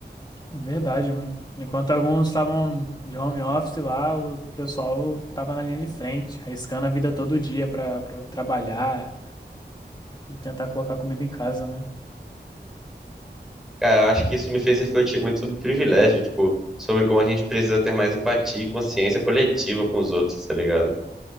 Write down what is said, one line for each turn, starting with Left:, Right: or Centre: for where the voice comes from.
Left: Verdade, mano. Enquanto alguns estavam de home office lá, o pessoal tava na linha de frente, arriscando a vida todo dia pra, pra trabalhar e tentar colocar comida em casa, mano.
Centre: Cara, eu acho que isso me fez refletir muito sobre privilégio, tipo, sobre como a gente precisa ter mais empatia e consciência coletiva com os outros, tá ligado?